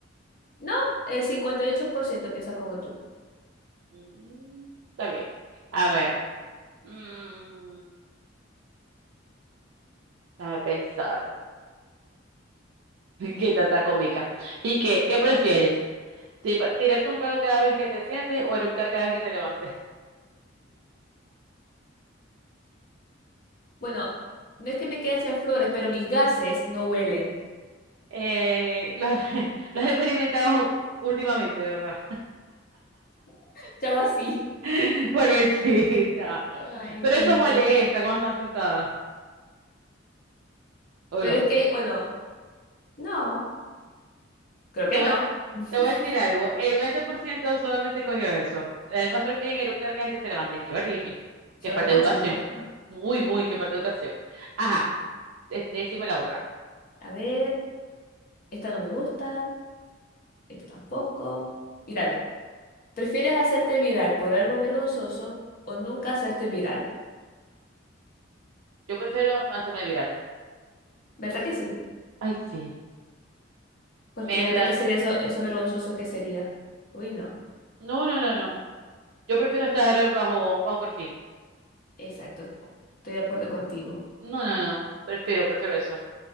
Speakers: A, on the left (about 45°); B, on the right (about 80°).
A: No, el 58% piensa como tú.
B: Mm, Está bien. A ver, mm, déjame pensar. <laughs> Qué está tan cómica. ¿Y qué? ¿Qué prefieres? ¿Ti- ¿Tirarte un pedo cada vez que te sientes o eructar cada vez que te levantes?
A: Bueno, no es que me quiera echar flores, pero mis gases no huelen.
B: Eh, lo, <laughs> lo he experimentado últimamente, ¿verdad?
A: <laughs> Chavo así.
B: <laughs> Por eso, sí, ya.
A: Ay,
B: Pero
A: y-
B: eso molesta cuando están sentadas, ¿o
A: pero
B: no?
A: es que, bueno, no, creo
B: Te
A: que
B: voy
A: no.
B: a, dec-
A: <laughs>
B: te voy a decir algo, el 20% solamente escogió eso. Además prefieren eructar cada vez que se levanten. Qué horrible. Qué
A: Son
B: falta
A: los cochinos.
B: de educación. Muy, muy, qué falta de educación. Ajá, de- decime la otra.
A: A ver. Esta no me gusta, esta tampoco. Mira, a ver, ¿prefieres hacerte viral por algo vergonzoso o nunca hacerte viral?
B: Yo prefiero no hacerme viral.
A: ¿Verdad que sí?
B: Ay, sí.
A: Porque
B: Mientras...
A: imagínate que sería eso, eso vergonzoso que sería. Uy, no.
B: No, no, no, no. Yo prefiero estar bajo, bajo perfil.
A: Exacto. Estoy de acuerdo contigo.
B: No, no, no. Prefiero, prefiero eso.